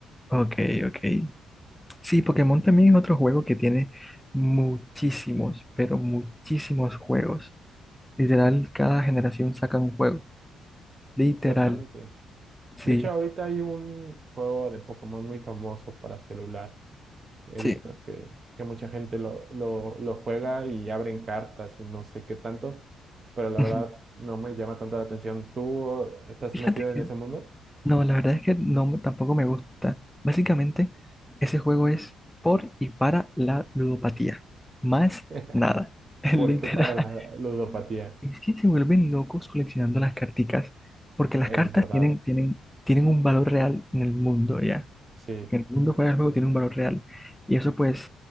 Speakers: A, in the centre; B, on the right.
A: ok, ok. Sí, Pokémon también es otro juego que tiene muchísimos, pero muchísimos juegos. Literal, cada generación saca un juego. Literal,
B: Bastante.
A: sí,
B: De hecho, ahorita hay un juego de Pokémon muy famoso para celular. He
A: sí.
B: visto que, que mucha gente lo, lo, lo juega y abren cartas y no sé qué tanto, pero la
A: Ujú.
B: verdad no me llama tanto la atención. ¿Tú estás
A: Fíjate
B: metido en
A: que,
B: ese mundo?
A: no, la verdad es que no, me- tampoco me gusta. Básicamente, ese juego es por y para la ludopatía. Más
B: <laughs>
A: nada, <laughs>
B: Porque
A: literal.
B: para la ludopatía.
A: Es que se vuelven locos coleccionando las carticas, porque las
B: Eso
A: cartas
B: es verdad.
A: tienen, tienen, tienen un valor real en el mundo, ¿ya?
B: Sí,
A: que el mundo fuera del juego tiene un valor real. Y eso pues,